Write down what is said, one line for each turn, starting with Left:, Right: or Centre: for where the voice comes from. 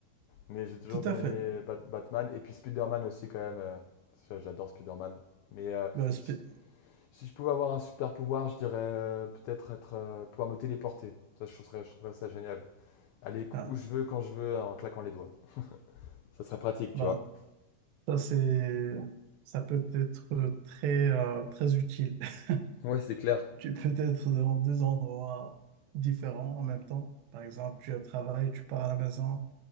Left: Mais j'ai toujours
Right: Tout
Left: bien
Right: à
Left: aimé
Right: fait.
Left: Bat- Batman. Et puis Spider-Man aussi, quand même. euh, ça, J'adore Spider-Man. Mais euh,
Right: Le spi-
Left: si, si je pouvais avoir un super-pouvoir, je dirais euh, peut-être être, euh, pouvoir me téléporter. Ça, je trouverais, je trouverais ça génial. Aller
Right: ah,
Left: où je veux, quand je veux, en claquant les doigts. Ça serait pratique,
Right: bah,
Left: tu vois.
Right: ça, c'est, ça peut être très, euh, très utile. <laughs>
Left: Ouais, c'est clair.
Right: Tu peux être dans deux endroits différents en même temps. Par exemple, tu es au travail, tu pars à la maison,